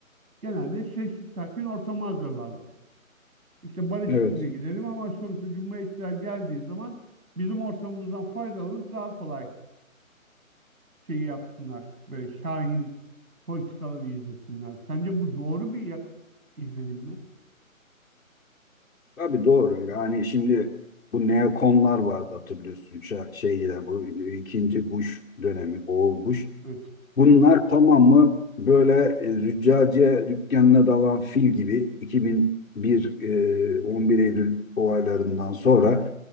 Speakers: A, on the right; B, on the left.
A: genelde sessiz sakin ortamı hazırlarlar. İşte barış
B: evet.
A: içinde gidelim ama sonuçta cumhuriyetçiler geldiği zaman bizim ortamımızdan faydalanıp daha kolay şeyi yapsınlar. Böyle şahin politikaları izlesinler. Sence bu doğru bir yak- izlenim mi?
B: Tabii doğru. Yani şimdi bu neokonlar vardı hatırlıyorsun. Şa- Şeyde bu e, ikinci Bush dönemi, oğul Bush.
A: Evet.
B: Bunlar tamamı böyle e, züccaciye dükkanına dalan fil gibi 2001 e, 11 Eylül olaylarından sonra